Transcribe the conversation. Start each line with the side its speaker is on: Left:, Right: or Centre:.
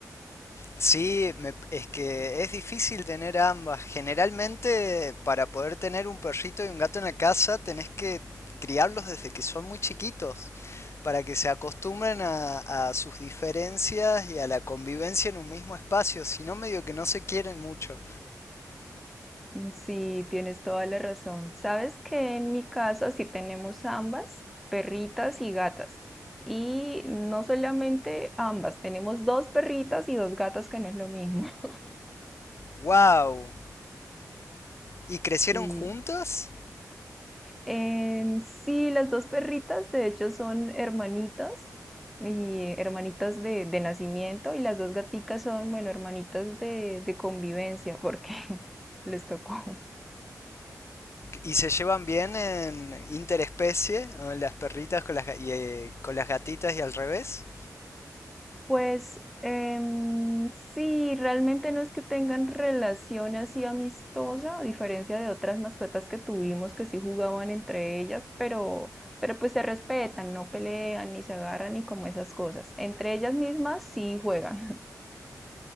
Left: Sí, me- es que es difícil tener ambas. Generalmente, para poder tener un perrito y un gato en la casa, tenés que criarlos desde que son muy chiquitos, para que se acostumbren a, a sus diferencias y a la convivencia en un mismo espacio, si no medio que no se quieren mucho.
Centre: Sí, tienes toda la razón. Sabes que en mi casa sí tenemos ambas, perritas y gatas. Y no solamente ambas, tenemos dos perritas y dos gatas, que no es lo mismo. <laughs>
Left: ¡Wow! ¿Y crecieron
Centre: Sí.
Left: juntas?
Centre: En sí, las dos perritas de hecho son hermanitas y eh, hermanitas de, de nacimiento y las dos gaticas son, bueno, hermanitas de, de convivencia porque <laughs> les tocó.
Left: ¿Y se llevan bien en interespecie? ¿no? Las perritas con las, y, eh, con las gatitas y al revés.
Centre: Pues em, sí, realmente no es que tengan relación así amistosa, a diferencia de otras mascotas que tuvimos que sí jugaban entre ellas, pero, pero pues se respetan, no pelean, ni se agarran, ni como esas cosas. Entre ellas mismas sí juegan. <laughs>